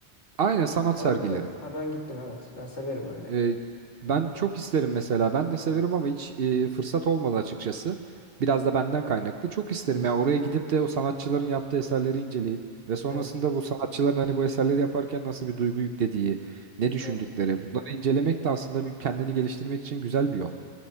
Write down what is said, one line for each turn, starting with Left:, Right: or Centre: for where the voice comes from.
Right: Aynen sanat
Left: Evet
Right: sergileri.
Left: evet. Ha ben gittim evet. Ben severim öyle.
Right: E, ben
Left: Hı hı.
Right: çok isterim mesela. Ben de severim ama hiç e, fırsat olmadı açıkçası. Biraz da benden kaynaklı. Çok isterim
Left: Hı hı.
Right: ya oraya gidip de o sanatçıların yaptığı eserleri inceleyip ve sonrasında
Left: Evet.
Right: bu sanatçıların hani bu eserleri yaparken nasıl bir duygu yüklediği, ne düşündükleri.
Left: Evet.
Right: Bunları incelemek de aslında bir, kendini geliştirmek için güzel bir yol.